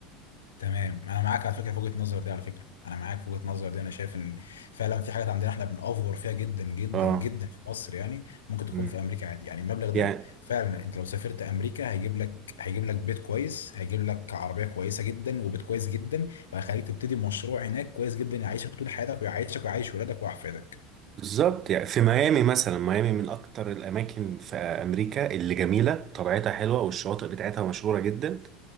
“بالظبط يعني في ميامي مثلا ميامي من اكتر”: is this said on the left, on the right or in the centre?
Right